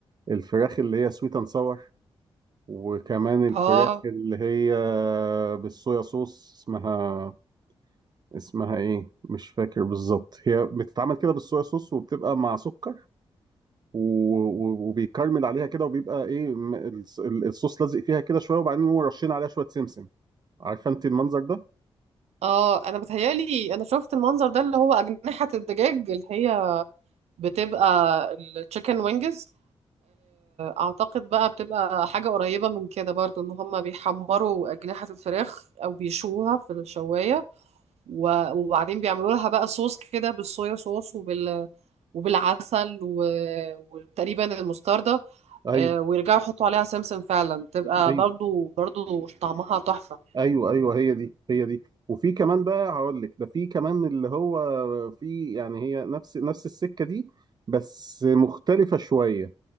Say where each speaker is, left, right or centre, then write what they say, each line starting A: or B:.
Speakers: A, on the right; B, on the right.
A: الفراخ اللي هي سويت اند ساور وكمان الفراخ
B: اه
A: اللي هي بالصويا صوص اسمها اسمها ايه مش فاكر بالظبط هي بتتعمل كده بالصويا صوص وبتبقى مع سكر و- و- وبيكرمل عليها كده وبيبقى ايه م- الص- الصوص لازق فيها كده شويه وبعدين يقوموا رشين عليها شويه سمسم عارفه انت المنظر ده
B: اه انا بتهيالي انا شفت المنظر ده اللي هو أجنحة الدجاج اللي هي بتبقى التشيكن وينجز اعتقد بقى بتبقى حاجة قريبة من كده برضو ان هما بيحمروا أجنحة الفراخ او بيشوها في الشواية و- وبعدين بيعملوا لها بقى صوص كده بالصويا صوص وبال وبالعسل و... وتقريبا المستردة
A: ايوه
B: آه، ويرجعوا يحطوا عليها سمسم فعلا تبقى
A: ايوه
B: برضو برضو طعمها تحفة
A: ايوه ايوه هي دي هي دي وفي كمان بقى هقول لك ده في كمان اللي هو في يعني هي نفس نفس السكه دي بس مختلفه شويه